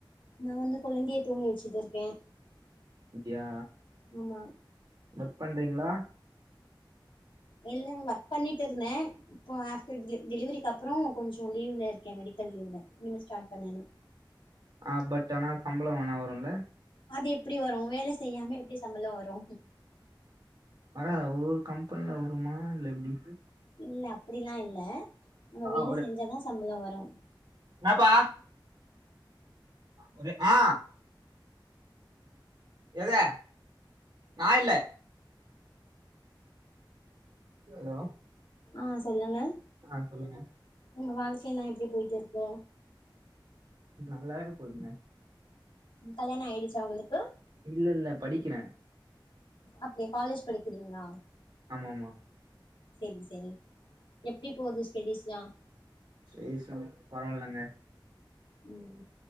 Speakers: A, on the left (about 70°); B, on the right (about 55°).
A: நா வந்து கொழந்தைய தூங்க வச்சிட்டுருக்கே
B: அப்டியா
A: ஆமா
B: ஒர்க் பண்றீங்ளா
A: இல்ல ஒர்க் பண்ணிட்டுருந்தே இப்போ ஆஃப்டர் டிலு டெலிவரிக்கப்றோ கொஞ்சோ லீவ்ல இருக்கே மெடிக்கல் லீவ்ல இனிமே ஸ்டாட் பண்ணனு
B: ஆ பட் ஆனா சம்பளோ ஆனா வருல்ல
A: அது எப்டி வரு வேல செய்யாம எப்டி சம்பளோ வரு
B: ஆனா ஒரு ஒரு கம்பெனில வருமா இல்ல எப்டி
A: இல்ல அப்டிலா இல்ல நம்ம
B: ஆ
A: வேல செஞ்சாதா சம்பளோ வரு
B: என்னாப்பா ஒரு ஆ எத நா இல்லை ஹலோ
A: ஆ சொல்லுங்க
B: ஆ சொல்லுங்க
A: உங்க வாழ்க்கைலா எப்டி போய்ட்டுருக்கு
B: நல்லாவே போதுங்க
A: கல்யாணோ ஆய்டுச்சா உங்களுக்கு
B: இல்லல்ல படிக்கிறே
A: அப்டியா காலேஜ் படிக்கிறீங்ளா
B: ஆமாமா
A: செரி செரி எப்டி போது ஸ்டெடீஸ்லா
B: ஸ்டெடீஸ்லா பரவால்லங்க
A: ம்